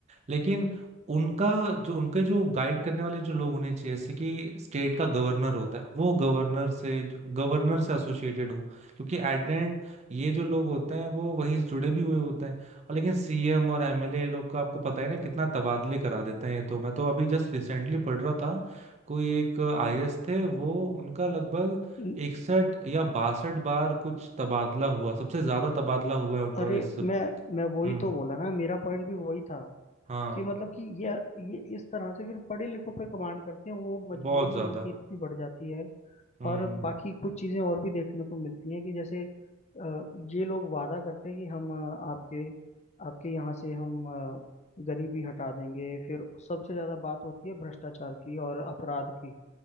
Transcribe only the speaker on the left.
ल-
अरे
मैं मैं
वही तो बोला ना मेरा पॉइंट भी वही था
कि मतलब कि ये ये इस तरह से फिर बड़े लिखों पे कमांड करते हैं वो मजबूरी
उनकी इतनी बढ़ जाती है
और बाकी कुछ चीजें और भी देखने को मिलती हैं कि जैसे अ, ये लोग वादा करते हैं कि हम अ, आपके आपके यहाँ से हम अ, गरीबी हटा देंगे फिर सबसे ज्यादा बात होती है भ्रष्टाचार की और अपराध की